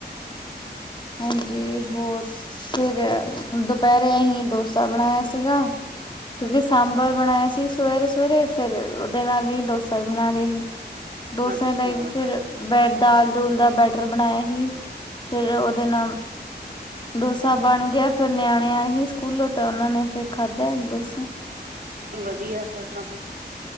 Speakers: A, on the left; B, on the right.
A: ਹਾਂਜੀ, ਹੋਰ ਫਿਰ, ਦੁਪਹਿਰੇ ਅਸੀਂ ਡੋਸਾ ਬਣਾਇਆ ਸੀਗਾ। ਕਿਉਂਕਿ ਸਾਂਬਰ ਬਣਾਇਆ ਸੀ, ਸਵੇਰੇ ਸਵੇਰੇ ਫਿਰ, ਉਹਦੇ ਨਾਲ ਹੀ ਡੋਸਾ ਵੀ ਬਣਾ ਲਿਆ ਸੀ। <inaudible> ਡੋਸਾ
B: ਅੱਛਾ
A: ਲਈ ਫਿਰ, ਬੈਡ ਦਾਲ ਦੂਲ ਦਾ ਬੈਟਰ ਬਣਾਇਆ ਸੀ। ਫਿਰ ਉਹਦੇ ਨਾਲ ਡੋਸਾ ਬਣ ਗਿਆ ਫੇਰ ਨਿਆਣੇ ਆਏ ਸੀ, ਸਕੂਲੋਂ ਤਾਂ ਉਹਨਾਂ ਨੇ ਫਿਰ ਖਾਧਾ ਡੋਸਾ।
B: ਵਧੀਆ ਫਿਰ ਤਾ।